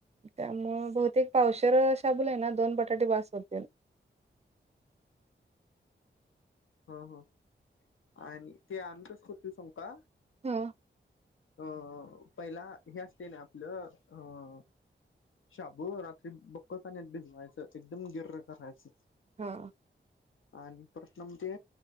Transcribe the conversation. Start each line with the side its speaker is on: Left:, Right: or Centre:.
Right: त्यामुळं बहुतेक पावशेर अ शाबूला आहे ना दोन बटाटे बास होतील.
Left: ह ह आणि ते आम्ही कस करतो सांगु का?
Right: हा.
Left: अ पहिला हे असते ना आपलं ह शाबू रात्री बक्क पाण्यात भिजवायचं एकदम गिर्र करायचं
Right: हा.
Left: आणि परत ना म ते